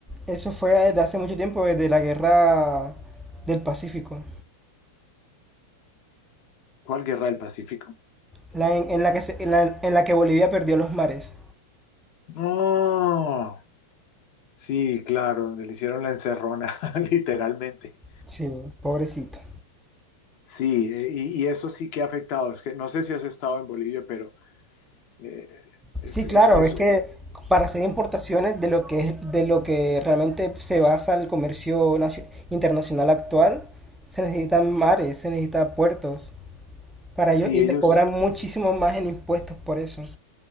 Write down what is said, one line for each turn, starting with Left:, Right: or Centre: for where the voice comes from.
Centre: eso fue desde hace mucho tiempo, desde la guerra del Pacífico,
Left: ¿Cuál guerra del Pacífico?
Centre: la en, en la que se- en la, en la que Bolivia perdió los mares.
Left: No. Sí, claro, donde le hicieron la encerrona, <laughs> literalmente.
Centre: Sí, pobrecito.
Left: Sí, eh, y, y eso sí que ha afectado. Es que no sé si has estado en Bolivia, pero eh, es,
Centre: Sí, claro,
Left: es, es,
Centre: es que
Left: eh,
Centre: para hacer importaciones de lo que es- de lo que realmente se basa el comercio nacio- internacional actual, se necesitan mares, se necesitan puertos para
Left: si
Centre: ello y
Left: ellos,
Centre: les cobran muchísimo más en impuestos por eso.